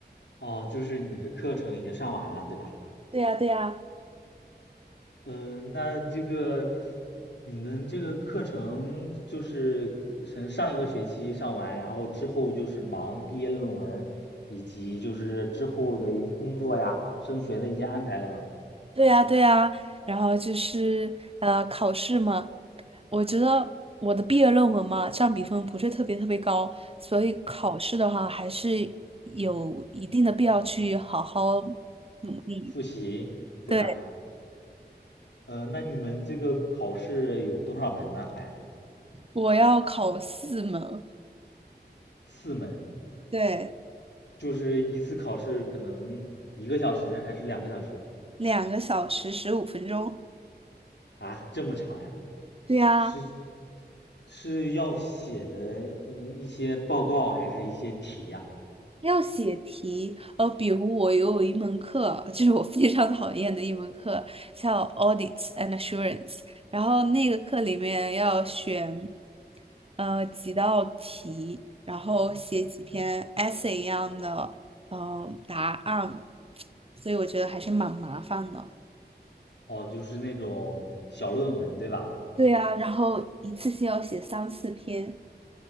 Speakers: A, on the left (about 80°); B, on the right (about 35°).
A: 哦，就是你的课程已经上完了，对吧？
B: 对呀，对呀。
A: 嗯，那这个你们这个课程就是从上一个学期上完，然后之后就是忙毕业论文，以及就是之后的工作呀、升学的一些安排了嘛？
B: 对呀，对呀，然后就是呃考试嘛，我觉得我的毕业论文嘛，占比分不是特别特别高，所以考试的话还是有一定的必要去好好努力。
A: 复习，对吧？
B: 对，
A: 呃，那你们这个考试有多少门呢？还
B: 我要考四门，
A: 四门，
B: 对，
A: 就是一次考试可能一个小时还是两个小时
B: 两个小时十五分钟。
A: 啊？这么长呀？
B: 对呀。
A: 是是要写的，呃一些报告还是一些题呀？
B: 要写题，呃，比如我有一门课，<laughs> 就是我非常讨厌的一门课，叫 Audits and Assurance，然后那个课里面要选，呃，几道题，然后写几篇 essay 一样的，呃，答案，所以我觉得还是蛮麻烦的。
A: 哦，就是那种小论文，对吧？
B: 对呀，然后一次性要写三四篇。